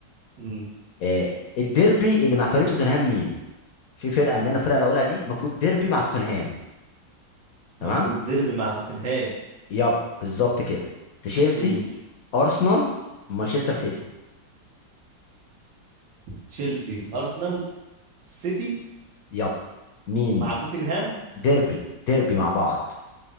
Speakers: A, on the right; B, on the left.
A: مم.
B: آه الديربي اللي مع فريق توتنهام مين في فرقه من اللي انا الفرقه اللي هقولها دي المفروض ديربي مع توتنهام تمام
A: المفروض ديربي مع توتنهام
B: يب بالظبط كده تشيلسي
A: قول
B: ارسنال مانشستر سيتي
A: تشيلسي ارسنال سيتي
B: يب مين
A: مع توتنهام
B: ديربي ديربي مع بعض